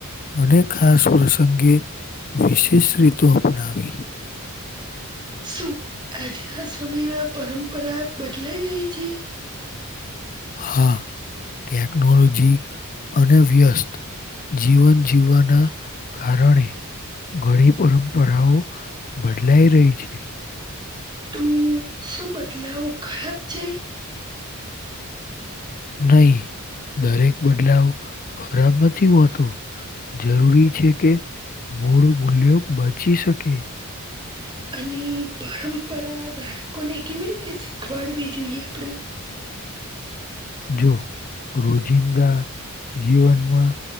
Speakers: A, on the left; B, on the right.
A: અને ખાસ પ્રસંગે વિશેષ રીતો અપનાવી
B: શું આજના સમયમાં પરંપરા બદલાઈ રહી છે
A: હા ટેકનોલોજી અને વ્યસ્ત જીવન જીવવાના કારણે ઘણી પરંપરાઓ બદલાઈ રહી છે
B: તો શું બદલાવ ખરાબ છે?
A: નહી દરેક બદલાવ ખરાબ નથી હોતો જરૂરી છે કે મૂળ મૂલ્યો બચી શકે
B: <inaudible> અને પરંપરા બાળકોને કેવી રીતે શીખવાડવી જોઈએ આપડણે
A: જો રોજિંદા જીવનમાં